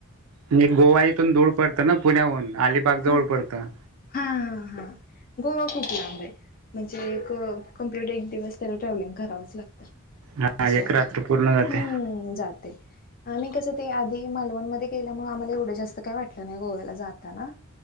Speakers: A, on the right; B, on the left.
A: नी गोवा इथून दूर पडता ना पुण्याहून अलिबाग
B: खूप
A: जवळ पडतं.
B: हा ह हा गोवा खूप लांब आहे म्हणजे एक कमप्लिट एक दिवस त्याला ट्रॅव्हलिंग करावच लागत,
A: हा
B: असं
A: एक
B: होते
A: रात्र पूर्ण जाते
B: हम्म... जाते. आम्ही कसं ते आधी मालवणमध्ये गेल्यामुळे, आम्हाला एवढे जास्त काय वाटलं नाही गोव्याला जाताना.